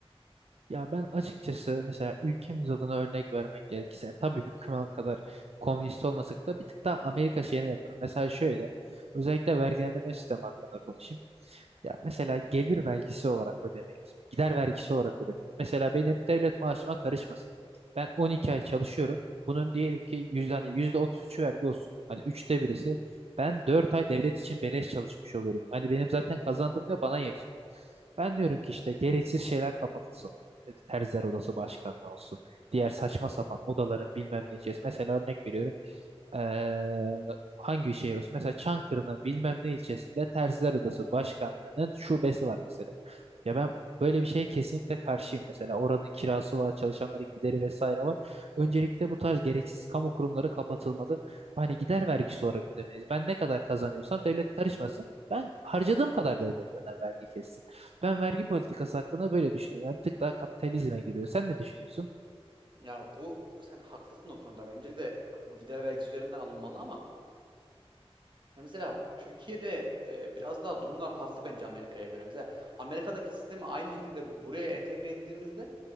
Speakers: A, on the right; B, on the right.
A: Ya ben açıkçası mesela ülkemiz adına örnek vermek gerekirse tabii bir kıma kadar komünist olmasak da bir tık daha Amerika şeyine yakın. Mesela şöyle özellikle vergilendirme sistemi hakkında konuşayım. Ya mesela gelir vergisi olarak ödemeliyiz. Gider vergisi olarak ödemeliyiz. Mesela benim devlet maaşıma karışmasın. Ben 12 ay çalışıyorum. Bunun diyelim ki yüz, hani %33'ü vergi olsun. Hani üçte birisi. Ben 4 ay devlet için beleş çalışmış oluyorum. Hani benim zaten kazandığım ne bana yetmiyor. Ben diyorum ki işte gereksiz şeyler kapatılsın. E, Terziler odası başkanlığı olsun. Diğer saçma sapan odaların bilmem ne içerisinde. Mesela örnek veriyorum. Ee, hangi şehir olsun? Mesela Çankırı'nın bilmem ne ilçesinde Terziler Odası Başkanlığı'nın şubesi var mesela. Ya ben böyle bir şeye kesinlikle karşıyım mesela. Oranın kirası var, çalışanların gideri vesaire var. Öncelikle bu tarz gereksiz kamu kurumları kapatılmalı. Hani gider vergisi olarak ödemeyiz. Ben ne kadar kazanıyorsam devlet karışmasın. Ben harcadığım kadar devlet benden vergi kessin. Ben vergi politikası hakkında böyle düşünüyorum. Yani bir tık daha kapitalizme giriyor. Sen ne düşünüyorsun?
B: Ya bu sen haklısın o konuda. Bence de bu gider vergisi üzerinden alınmalı ama ya mesela Türkiye'de e, biraz daha durumlar farklı bence Amerika'ya göre. Mesela Amerika'daki sistemi aynı şekilde buraya entegre ettiğimizde